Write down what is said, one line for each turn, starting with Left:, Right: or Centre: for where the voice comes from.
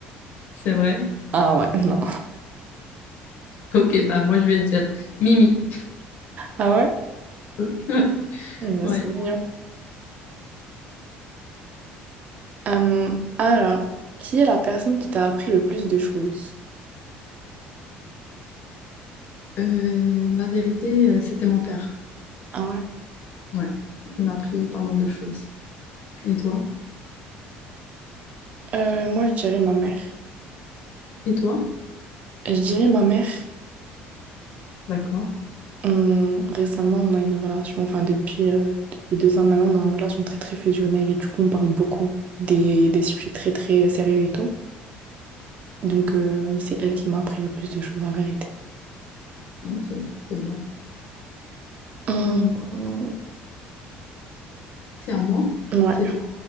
Left: c'est vrai.
Right: Ah ouais, <laughs> non.
Left: Ok, bah moi je vais dire Mimi.
Right: Ah ouais?
Left: <laughs> Ouais.
Right: Hmm,
Left: ouais.
Right: C'est mignon. Euh, alors, qui est la personne qui t'a appris le plus de choses?
Left: Euh, la vérité, euh, c'était mon père.
Right: Ah ouais.
Left: Ouais. Il m'a appris pas mal de choses. Et toi?
Right: Euh, moi, je dirais ma mère.
Left: Et toi?
Right: Je dirais ma mère
Left: D'accord.
Right: On- récemment, on a une relation, enfin depuis, euh, depuis deux ans maintenant, on a une relation très très fusionnelle et du coup on parle beaucoup des, des sujets très très euh, sérieux et tout. Donc euh, c'est elle qui m'a appris le plus de choses en vérité.
Left: Non, c'est c'est bien.
Right: Hum,
Left: Euh,
Right: hum,
Left: c'est à moi?
Right: ouais,
Left: C'est toi.